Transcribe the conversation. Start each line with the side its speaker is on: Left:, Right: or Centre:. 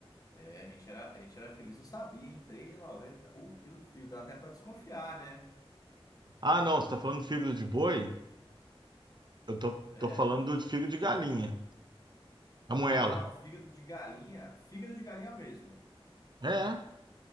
Left: É, a gente era, a gente era feliz, não sabia, hein? 3,90 o quilo do fígado. Dá até pra desconfiar, né?
Right: Ah, não, você está falando de fígado de boi? Eu tô,
Left: É.
Right: tô falando de fígado de galinha. A moela.
Left: Ah, o fígado de galinha. Fígado de galinha mesmo.
Right: É.